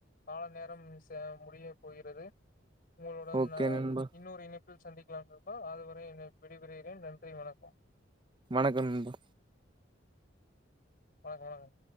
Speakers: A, on the left; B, on the right.
A: கால நேரம் முடிய போகிறது உங்களுடன்
B: ஓகே நண்பா
A: இன்னொரு இனி சந்திக்கலாம் நண்பா அதுவரை இனை விடைபறுகிறேன் நன்றி வணக்கம்
B: வணக்கம் நண்பா
A: வணக்கம் வணக்கம்